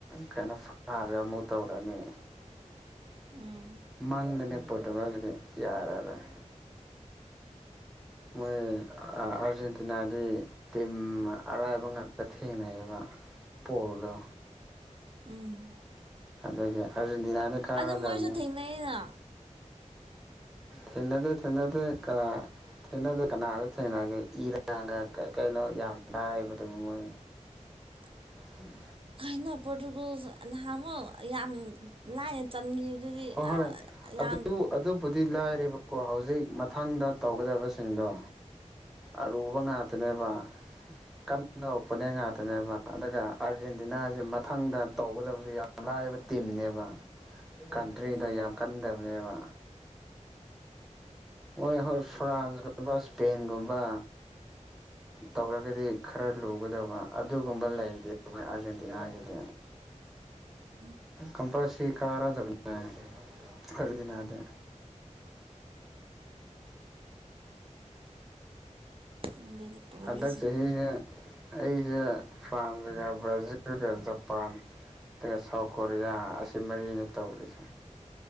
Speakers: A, in the centre; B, on the right.
A: ꯀꯩꯅꯣ ꯐꯥꯔꯥ ꯃꯨꯛ ꯇꯧꯔꯅꯤ
B: <inaudible> ꯎꯝ
A: ꯃꯥꯡꯗꯅꯦ ꯄꯣꯠꯇꯨꯒꯜꯗꯤꯗꯤ ꯌꯥꯔꯔꯣꯏ ꯃꯣꯏ ꯑ ꯑꯥꯔꯖꯦꯟꯇꯤꯅꯥꯗꯤ ꯇꯤꯝ ꯑꯔꯥꯏꯕ ꯉꯥꯛꯇ ꯊꯦꯡꯅꯩꯌꯦꯕ ꯄꯣꯜꯗ
B: ꯎꯝ
A: ꯑꯗꯅꯤ ꯑꯥꯔꯖꯦꯟꯇꯤꯅꯥꯅ ꯀꯥꯔꯗꯝꯅꯦ
B: ꯑꯗꯣ ꯃꯣꯏꯁꯨ ꯊꯦꯡꯅꯩꯩꯅ
A: ꯊꯦꯡꯅꯗꯦ ꯊꯦꯡꯅꯗꯦ ꯀ ꯊꯦꯡꯅꯗꯦ ꯀꯅꯥꯗ ꯊꯦꯡꯅꯒꯦ ꯏꯔꯥꯟꯀꯒ ꯀ ꯀꯩꯅꯣ ꯌꯥꯝ ꯍꯥꯏ ꯑꯗꯨꯕꯨ ꯃꯣꯏ
B: <inaudible>
A: ꯎꯝ
B: ꯀꯩꯅꯣ ꯄꯣꯔꯇꯨꯒꯣꯜꯁ ꯅꯍꯥꯟꯃꯨꯛ ꯌꯥꯝ ꯂꯥꯏꯅ ꯆꯟꯈꯤꯕꯗꯨꯗꯤ
A: ꯍꯣꯏ
B: ꯑꯥ
A: ꯍꯣꯏ
B: ꯌꯥꯝ
A: ꯑꯗꯨ ꯑꯗꯨꯕꯨꯗꯤ ꯂꯥꯏꯔꯦꯕꯀꯣ ꯍꯧꯖꯤꯛ ꯃꯊꯪꯗ ꯇꯧꯒ ꯗꯕꯁꯤꯡꯗꯣ ꯑꯔꯨꯕ ꯉꯥꯛꯇꯅꯦꯕ ꯀꯟꯅ ꯎꯄꯦꯅꯤꯡꯉꯥꯛ ꯗꯨꯅꯦꯕ ꯑꯗꯨꯒ ꯑꯥꯔꯖꯦꯟꯇꯤꯅꯥꯁꯦ ꯃꯊꯪꯗ ꯇꯧꯒꯗꯕꯁꯦ ꯌꯥꯝꯅ ꯂꯥꯏꯕ ꯇꯤꯝꯅꯦꯕ ꯀꯟꯇ꯭ꯔꯤꯗ
B: ꯎꯝ
A: ꯌꯥꯝ ꯀꯟꯗꯕꯅꯦꯕ ꯍꯣꯏ ꯍꯣꯏ ꯐ꯭ꯔꯥꯟꯁꯀꯨꯝꯕ ꯏꯁꯄꯦꯟꯒꯨꯝꯕ ꯇꯧꯔꯒꯗꯤ ꯈꯔ ꯂꯨꯒꯗꯕ ꯑꯗꯨꯒꯨꯝꯕ ꯂꯩꯗꯦ ꯑꯩꯈꯣꯏ ꯑꯥꯔꯖꯦꯟꯇꯤꯅꯥꯒꯤꯗꯤ
B: <inaudible>
A: ꯀꯝꯄꯜꯁꯔꯤ ꯀꯥꯔꯗꯕꯅꯦ ꯑꯥꯔꯖꯦꯟꯇꯤꯅꯗꯤ
B: <inaudible> ꯈꯪꯗꯦꯗ ꯇꯧꯔꯤꯁꯦ
A: ꯍꯟꯗꯛ ꯆꯍꯤꯁꯦ ꯑꯩꯁꯦ ꯐ꯭ꯔꯥꯟꯁꯒ ꯕ꯭ꯔꯥꯖꯤꯜꯒ ꯖꯄꯥꯟ ꯑꯗꯨꯒ ꯁꯥꯎꯠ ꯀꯣꯔꯤꯌꯥ ꯑꯁꯤ ꯃꯔꯤꯅꯦ ꯇꯧꯔꯤꯁꯦ